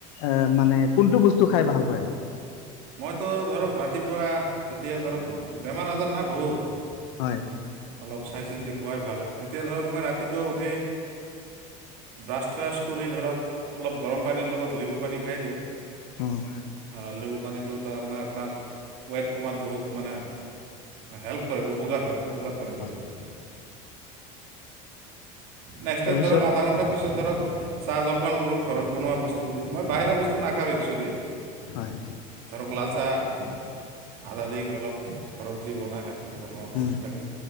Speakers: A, on the left; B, on the right.
A: এ মানে কোনটো বস্তু টো খায় ভাল পায়?
B: মইতো ধৰক ৰাতিপুৱা, এতিয়া ধৰক বেমাৰ আজাৰ না বহুত।
A: হয়।
B: অলপ চাই চিন্তি খোৱাই ভাল। এতিয়া ধৰক মই ৰাতিপুৱা উঠি ব্ৰাছ-থ্ৰাছ কৰি ধৰক, অলপ গৰম পানীৰ লগত লেবু পানী খায় দিওঁ।
A: উম।
B: অ লেবু পানীটো তাৰমানে আপোনাৰ ৱেট কমাত বহুত মানে হেল্প কৰে উপকাৰ হয়, উপকাৰ কৰে বহুত।
A: হয়।
B: নেক্সট
A: তাৰপিছত
B: টাইম ধৰক আধা ঘণ্টাৰ পিছত ধৰক চাহ জলপান কৰোঁ ঘৰত বনোৱা বস্তু দি। মই বাহিৰা বস্তু নাখাওঁ এক্সুৱেলি।
A: হয়।
B: ধৰক লাল চাহ আদা দি অলপ ঘৰত যি বনায় আৰকি বনোৱা বস্তু
A: উম,
B: থাকে।